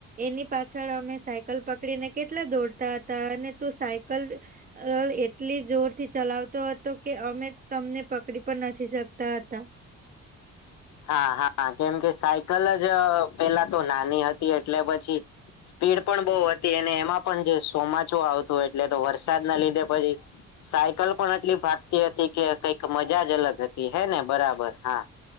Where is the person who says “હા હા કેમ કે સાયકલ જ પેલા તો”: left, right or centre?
Left